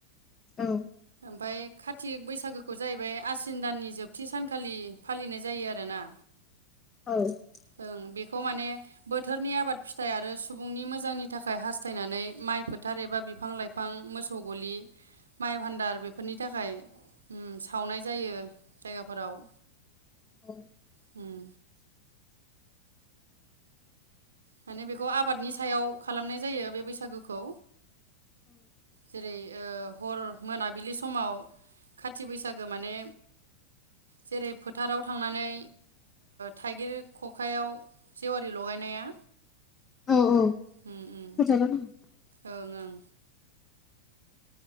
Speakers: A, on the left (about 20°); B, on the right (about 70°).
A: औ
B: ओमफाय कारतिक बैसागोखौ जाहैबाय आसिन दाननि जोबथि सानखालि फालिनाय जायो आरोना
A: <unintelligible>
B: ओं बेखौ माने बोथोरनि आबाद फिथाइ आरो सुबुंनि मोजांनि थाखाय हास्थायनानै माइ फोथार एबा बिफां लाइफां मोसौ गलि माइ भान्दार बेफोरनि थाखाय सावनाय जायो जायगाफोराव
A: औ
B: उम माने बेखौ आबादनि सायाव खालामनाय जायो बे बैसागुखौ जेरै ओ हर मोना बिलि समाव खाथि बैसागो माने जेरै फोथाराव थांनानै थाइगिर खखायाव जेवारि लगायनाया
A: औ औ <unintelligible>
B: उम उम
A: औ
B: ओं ओं